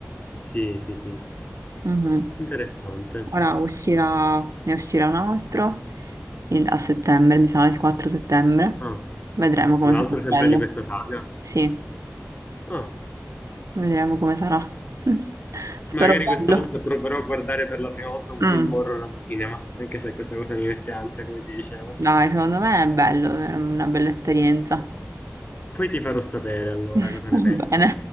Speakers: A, on the left; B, on the right.
A: Sì, sì, sì,
B: Mhm.
A: interessante.
B: Ora uscirà, ne uscirà un altro il- a settembre, mi sa il 4 settembre.
A: Ah,
B: Vedremo come
A: un
B: sarà
A: altro
B: bello.
A: sempre di questa saga?
B: Sì,
A: Ah.
B: vedremo come sarà. <laughs> Spero
A: Magari
B: bello.
A: questa volta proverò a guardare per la prima volta un
B: Mm,
A: film horror al cinema, anche se questa cosa mi mette ansia, come ti dicevo.
B: Dai, secondo me è bello, è una bella esperienza.
A: Poi ti farò sapere allora
B: <laughs>
A: cosa ne penso.
B: Va bene.